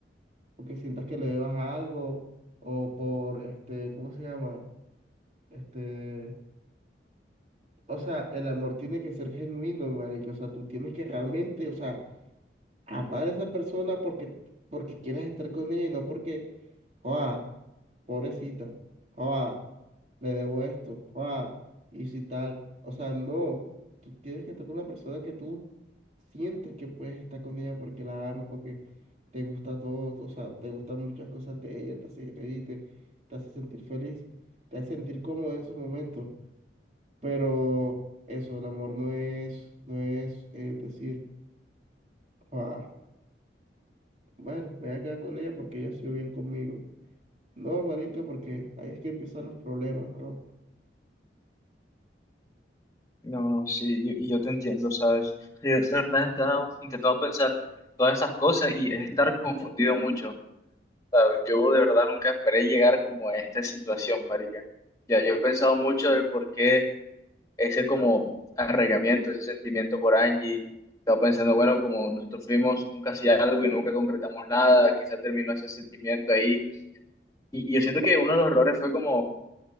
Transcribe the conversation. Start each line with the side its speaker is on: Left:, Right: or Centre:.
Right: porque sientas que le debas a algo, o por, este, ¿cómo se llama? Este, O sea, el amor tiene que ser genuino, marica. O sea, tú tienes que realmente, o sea, amar a esa persona porque, porque quieres estar con ella y no porque, joa, pobrecita, joa, le debo esto, joa, y si tal. O sea, no. Tú tienes que estar con la persona que tú sientes que puedes estar con ella porque la amas, porque te gusta todo, o sea, te gustan muchas cosas de ella, te hace reír, te, te hace sentir feliz, te hace sentir cómodo en esos momentos. Pero eso, el amor no es, no es eh, decir, "Ah, bueno, me voy a quedar con ella porque ella ha sido bien conmigo. No, marica, porque ahí es que empiezan los problemas, bro.
Left: No, sí, yo- y yo te entiendo, ¿sabes? Sí, de verdad he estado intentando pensar todas esas cosas y es estar confundido mucho, ¿sabes? Yo de verdad nunca esperé llegar como a esta situación, marica. Ya, yo he pensado mucho de por qué. ese como arraigamiento, ese sentimiento por Angie. Estaba pensando, bueno, como nosotros fuimos un casi algo y nunca concretamos nada, quizá terminó ese sentimiento ahí. Y, y yo siento que uno de los errores fue como